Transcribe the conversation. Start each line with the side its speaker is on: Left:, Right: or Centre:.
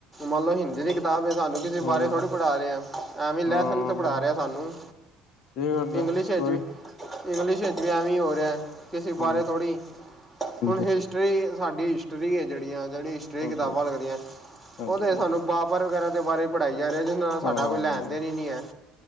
Centre: ਮੰਨ ਲਓ ਹਿੰਦੀ ਦੀ ਕਿਤਾਬ ਹੈ। ਸਾਨੂੰ- ਕਿਸੇ
Left: ਹਾਂ
Centre: ਬਾਰੇ ਥੋੜ੍ਹੀ ਪੜ੍ਹਾ ਰਹੇ ਆ ਐਵੇਂ ਲੈਸਨ
Left: ਹਾਂ
Centre: ਤੇ ਪੜ੍ਹਾ ਰਿਹਾ ਸਾਨੂੰ।
Left: ਸਹੀ ਗੱਲ
Centre: ਇੰਗਲਿਸ਼
Left: ਹੈ
Centre: ਵਿੱਚ
Left: ਕੋਈ।
Centre: ਵੀ ਇੰਗਲਿਸ਼ ਵਿੱਚ ਵੀ ਐਵੇਂ ਹੀ ਹੋ ਰਿਹਾ ਕਿਸੇ
Left: ਹਾਂਜੀ
Centre: ਬਾਰੇ ਥੋੜ੍ਹੀ।
Left: ਹਾਂਜੀ
Centre: ਹੁਣ ਹਿਸਟਰੀ ਸਾਡੀ ਹਿਸਟਰੀ ਹੈ। ਜਿਹੜੀ ਆ ਜਿਹੜੀ ਤੇ
Left: ਹਾਂਜੀ
Centre: ਕਿਤਾਬਾਂ ਲੱਗਦੀਆਂ
Left: ਹਾਂਜੀ
Centre: ਉਹਦੇ
Left: ਹਾਂਜੀ
Centre: ਚ ਸਾਨੂੰ ਬਾਬਰ ਵਗੈਰਾ ਦੇ ਬਾਰੇ। ਪੜ੍ਹਾਈ ਜਾ ਰਹੇ ਨੇ ਨਾ ਸਾਡਾ
Left: ਹਾਂ
Centre: ਕੋਈ ਲੈਣ ਦੇਣ ਹੀ ਨਹੀਂ ਹੈ।